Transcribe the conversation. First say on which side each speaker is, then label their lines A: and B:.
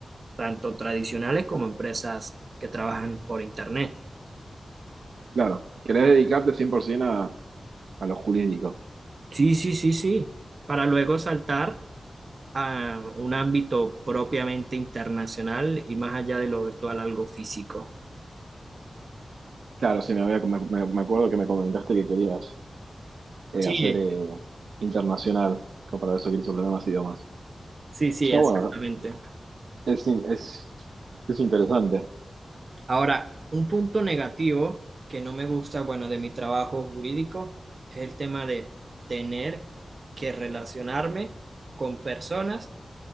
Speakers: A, on the right; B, on the right.
A: tanto tradicionales como empresas que trabajan por Internet.
B: Claro, querés dedicarte 100% a, a lo jurídico.
A: Sí, sí, sí, sí, para luego saltar a un ámbito propiamente internacional y más allá de lo virtual, algo físico.
B: Claro, sí, me, había, me, me- me acuerdo que me comentaste que querías eh,
A: Sí,
B: hacer eh, internacional, como para eso quieres aprender más idiomas.
A: sí, sí,
B: Está
A: exactamente.
B: bueno, es, in- es, es interesante.
A: Ahora, un punto negativo que no me gusta, bueno, de mi trabajo jurídico es el tema de tener que relacionarme con personas